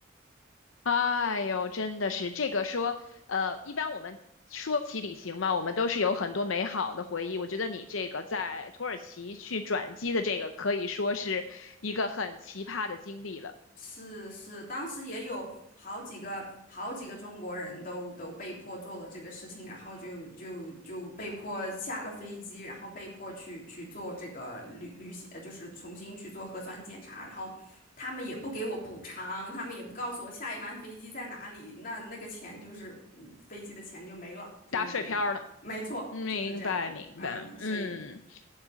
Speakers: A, on the left (about 80°); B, on the left (about 45°).
A: 哎呦，真的是这个说，呃，一般我们说起旅行嘛，我们都是有很多美好的回忆。我觉得你这个在土耳其去转机的这个，可以说是一个很奇葩的经历了，
B: 是是，当时也有好几个好几个中国人都都被迫做了这个事情，然后就就就被迫下了飞机，然后被迫去去做这个旅旅行，呃就是重新去做核酸检查，然后他们也不给我补偿，他们也不告诉我下一班飞机在哪里，那那个钱就是嗯飞机的钱就没了，就是这个，
A: 打水漂儿了。
B: 没错，
A: 嗯明白，
B: 就是这样，
A: 明白，
B: 哎呀，所以。
A: 嗯。